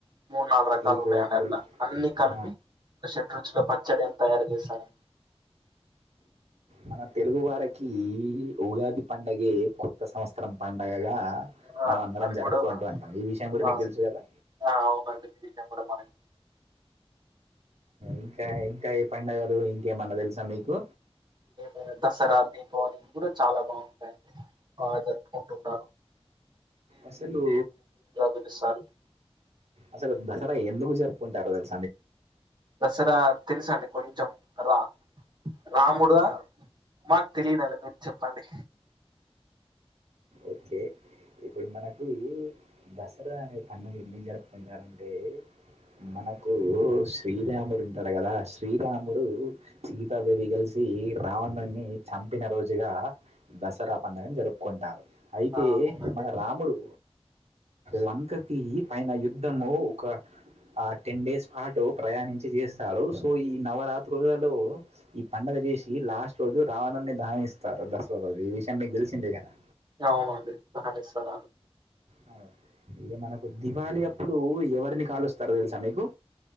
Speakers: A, on the right; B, on the right.
A: మూడు నాలుగు రకాలు
B: తీపు
A: ఉంటాయండి
B: కొల్
A: అట్ల అన్ని కలిపి
B: ఆ,
A: ఒక షెడ్ రుచులో పచ్చడిని తయారు చేస్తారు
B: మన తెలుగు వారకి ఉగాది పండగే కొత్త సంవత్సరం పండగగా
A: ఆ,
B: మనం అందరం
A: అది
B: జరుపుకుంటూ
A: కూడా
B: ఉంటాం ఈ విషయం ఇప్పుడు
A: ఆ,
B: మీకు తెెలుసు కదా
A: ఆ అవునండి మీ విషయం కూడా మనం
B: ఇంకా ఇంకా ఏ పండగలు ఇంకేమన్నా తెలుసా మీకు
A: ఏమనా దసరా దీపావళి ఇవి కూడా చాలా బాగుంటాయండి బా జరుపుకుంటూ ఉంటారు
B: అసలు
A: పిలుస్తారు
B: అసలు దసరా ఎందుకు జరుపుకుంటారు తెల్
A: దసరా తెలుసండి కొంచెం రా రాముడా మాకు తెలియదుండి మీరు చెప్పండి
B: ఓకే ఇప్పుడు మనకు దసరా అనేది అన్నది ఎందుకు జరుపుకుంటారంటే మనకు శ్రీరాముడు ఉంటాడు కదా శ్రీరాముడు సీతాదేవి గ కలిసి రావణుి చంపిన రోజుగా దసరా పండుగను జరుపుకుంటారు అయితే
A: ఆ అవునండి
B: మన రాముడు లంకకి పైన యుద్ధము ఒక ఆ టెన్ డేస్ పాటు ప్రయాణించి చేస్తాడు సో ఈ నవరాత్రులలో ఈ పండుగ చేసి లాస్ట్ రోజు రావణుి దానిస్తారు దసరా రోజు ఈ విషయం మీకు తెలిసిందే కదా
A: అవునండి దహన ఇస్తార
B: అవును ఇక మనకు దివాళి అప్పుడు ఎవరిని కాలు వస్తారు తెలుసా మీకు